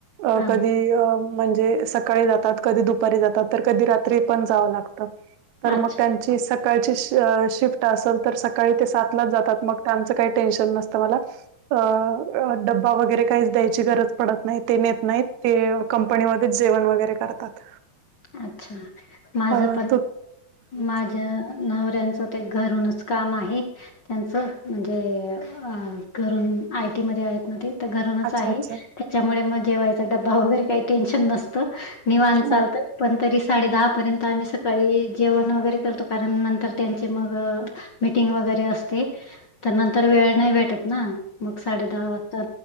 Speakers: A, on the right (about 75°); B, on the left (about 60°).
A: अ
B: हा
A: कधी? अ म्हणजे सकाळी जातात, कधी दुपारी जातात, तर कधी रात्री पण जावं लागत तर
B: अच्छा
A: मग त्यां ती सकाळची शिफ अ शिफ्ट असेल तर सकाळी ते सातलाच जातात मग त्यांचं काही टेन्शन नसतं मला. अ डब्बा वगैरे काहीच द्यायची गरज पडत नाही ते नेत नाहीत ते कंपनीमध्येच जेवण वगैरे करतात.
B: अच्छा! माझ
A: अ
B: पण
A: तू
B: माझ्या
A: सांग
B: नवऱ्यांच. ते घरूनच काम आहे. त्यांचं म्हणजे? खरं आयटी मध्ये आहेत ना ते. तर घरूनच
A: अच्छा
B: आहे.
A: अच्छा.
B: त्याच्यामुळे मग जेवायचा डबा वगैरे काही टेन्शन नसतं. निवान
A: अ
B: चालतं. पण तरी साडे दहापर्यंत आम्ही सकाळी जेवण वगैरे करतो. कारण नंतर त्यांचे मग, मिटिंग वगैरे असते. तर नंतर वेळ नाही भेटत, ना मग साडे दहा वाजता